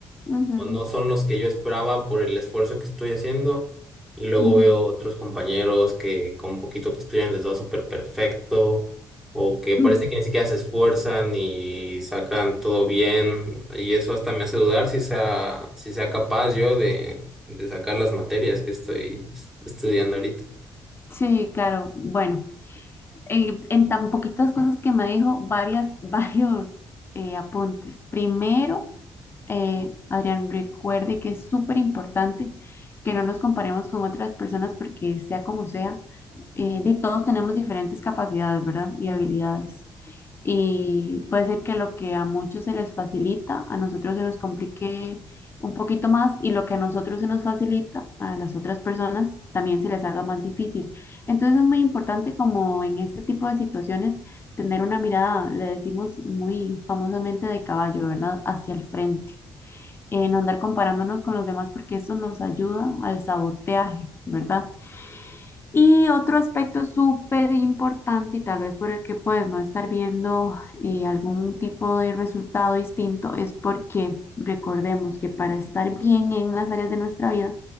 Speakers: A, on the left; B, in the centre.
A: ujú,
B: o no son los que yo esperaba por el esfuerzo que estoy haciendo. Y luego
A: ujú.
B: veo otros compañeros que con poquito que estudian les va súper perfecto, o
A: <laughs>
B: que parece
A: Mm,
B: que ni siquiera se esfuerzan y sacan todo bien. Y eso hasta me hace dudar si sea, si sea capaz yo de, de sacar las materias que estoy es- estudiando ahorita.
A: Sí, claro, bueno, eh, en tan poquitas cosas que me dijo, varias, <laughs> varios eh, apuntes. Primero, eh, Adrián, recuerde que es súper importante que no nos comparemos con otras personas porque sea como sea, eh, de todos tenemos diferentes capacidades, ¿verdad? Y habilidades. Y puede ser que lo que a muchos se les facilita, a nosotros se nos complique un poquito más y lo que a nosotros se nos facilita, a las otras personas también se les haga más difícil. Entonces es muy importante como en este tipo de situaciones tener una mirada, le decimos muy famosamente de caballo, ¿verdad? Hacia el frente en andar comparándonos con los demás porque eso nos ayuda al saboteaje, ¿verdad? Y otro aspecto súper importante y tal vez por el que puedes no estar viendo eh, algún tipo de resultado distinto es porque recordemos que para estar bien en las áreas de nuestra vida